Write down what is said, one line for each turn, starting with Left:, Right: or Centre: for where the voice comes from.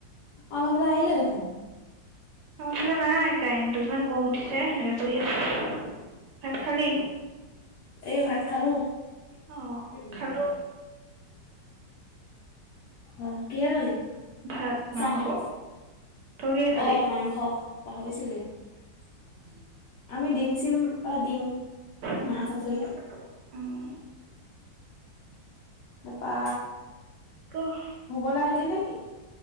Left: আমাৰ ফালে আহিলে দেখোন।
Right: আমাৰ ফালে নাই কাৰেনটো ইমান গৰম উঠিছে সেনেকে পৰি আছে। ভাত খালি?
Left: এ, ভাত খালো
Right: অ
Left: <unintelligible>
Right: খালো
Left: অ', কিহে খালি?
Right: ভাত মাংস।
Left: চাঙৰে
Right: তই কিহে খালি
Left: অ', মাংস পাহৰিছিলোঁৱে। আমি দিম চিম অ', দিম,
Right: উম
Left: মাছ আছিলে।
Right: গম পালো। উম,
Left: তাপা
Right: ক'।
Left: শুবলে আহিলি নেকি?